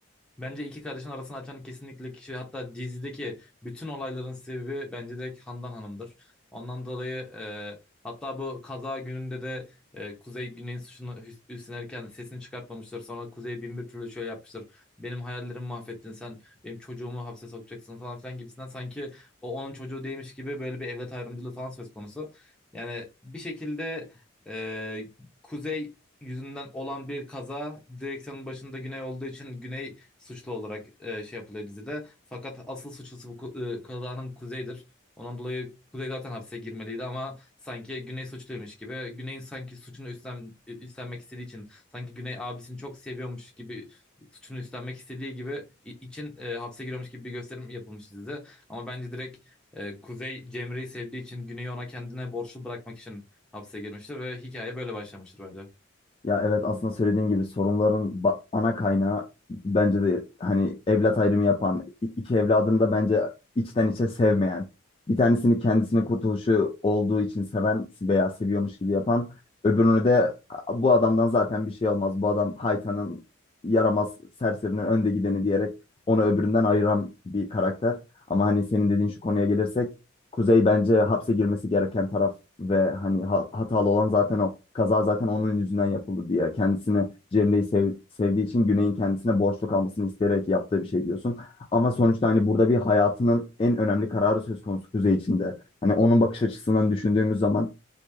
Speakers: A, in the centre; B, on the left.
A: Bence iki kardeşin arasını açan kesinlikle kişi hatta dizideki bütün olayların sebebi bence direkt Handan Hanım'dır. Ondan dolayı e, hatta bu kaza gününde de e, Kuzey Güney'in suçunu üst- üstlenirken sesini çıkartmamıştır. Sonra Kuzey bin bir türlü şöyle yapmıştır. Benim hayallerimi mahvettin sen benim çocuğumu hapse sokacaksın falan filan gibisinden sanki o onun çocuğu değilmiş gibi böyle bir evlat ayrımcılığı falan söz konusu. Yani bir şekilde e, Kuzey yüzünden olan bir kaza direksiyonun başında Güney olduğu için Güney suçlu olarak e, şey yapılıyor dizide. Fakat asıl suçlusu bu ku- e, kazanın Kuzey'dir. Ondan dolayı Kuzey zaten hapse girmeliydi ama sanki Güney suçluymuş gibi. Güney'in sanki suçunu üstlen, e, üstlenmek istediği için sanki Güney abisini çok seviyormuş gibi suçunu üstlenmek istediği gibi i- için e, hapse giriyormuş gibi bir gösterim yapılmış dizide. Ama bence direkt e, Kuzey Cemre'yi sevdiği için Güney'i ona kendine borçlu bırakmak için hapse girmiştir ve hikaye böyle başlamıştır bence.
B: Ya evet aslında söylediğin gibi sorunların ba- ana kaynağı bence de hani evlat ayrımı yapan, i- iki evladını da bence içten içe sevmeyen, bir tanesini kendisinin kurtuluşu olduğu için seven veya seviyormuş gibi yapan, öbürünü de "A- bu adamdan zaten bir şey olmaz, bu adam haytanın yaramaz serserinin önde gideni diyerek onu öbüründen ayıran bir karakter. Ama hani senin dediğin şu konuya gelirsek Kuzey bence hapse girmesi gereken taraf ve hani ha- hatalı olan zaten o. Kaza zaten onun yüzünden yapıldı diye. Kendisini Cemre'yi sev- sevdiği için Güney'in kendisine borçlu kalmasını isteyerek yaptığı bir şey diyorsun. Ama sonuçta hani burada bir hayatının en önemli kararı söz konusu Kuzey içinde. Hani onun bakış açısından düşündüğümüz zaman